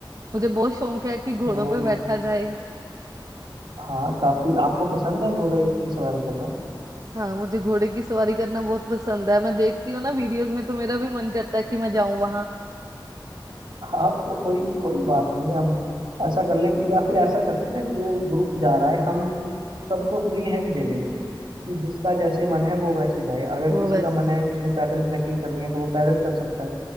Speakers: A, on the right (about 45°); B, on the right (about 75°).
A: मुझे बहुत शौक है कि घोड़ों
B: घोड़े
A: पे बैठा जाए
B: हाँ काफी आपको पसंद है घोड़े की सवारी करना
A: हाँ मुझे घोड़े की सवारी करना बहुत पसंद है मैं देखती हूँ ना वीडियोस में तो मेरा भी मन करता है कि मैं जाऊं वहां
B: हाँ तो कोई कोई बात नहीं हम ऐसा कर लेंगे या फिर ऐसा करते हैं ना जो ग्रुप जा रहा है हम सबको फ्री हैंड दे देंगे कि जिसका जैसे मन है वो वैसे जाए अगर
A: वो
B: किसी
A: वैसे
B: का मन
A: जाए
B: है उसने पैदल ट्रैकिंग करनी है तो वो पैदल कर सकता है